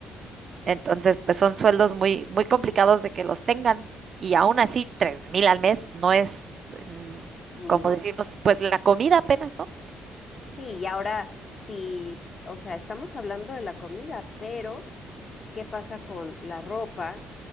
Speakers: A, on the right; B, on the left.
A: Entonces, pues son sueldos muy, muy complicados de que los tengan. Y aún así, 3.000 al mes no es, mm,
B: no,
A: como decimos, pues la comida apenas, ¿no?
B: sí, y ahora sí, o sea, estamos hablando de la comida, pero ¿qué pasa con la ropa?